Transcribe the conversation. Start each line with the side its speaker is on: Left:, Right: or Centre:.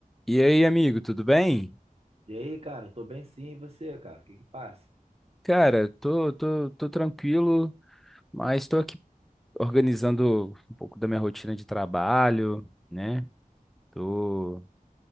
Centre: E aí, amigo, tudo bem?
Right: E aí, cara, tô bem sim, e você, cara? O que que passa?
Centre: Cara, tô, tô, tô tranquilo, mas tô aqui organizando um pouco da minha rotina de trabalho, né? Tô,